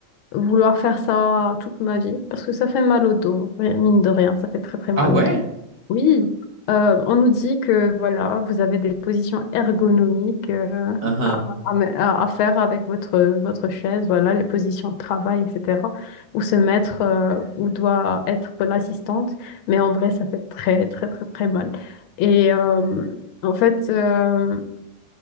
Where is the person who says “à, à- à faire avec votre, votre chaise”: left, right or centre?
Left